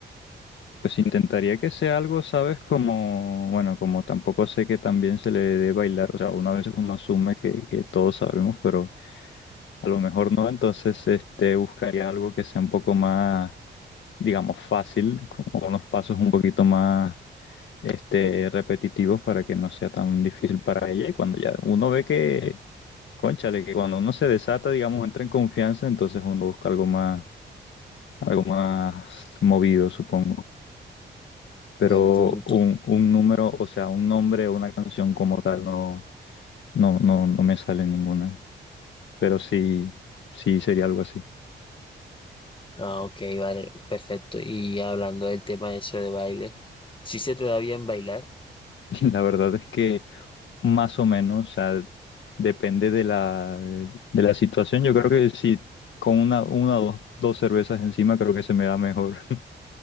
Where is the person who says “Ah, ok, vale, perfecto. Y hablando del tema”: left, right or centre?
Left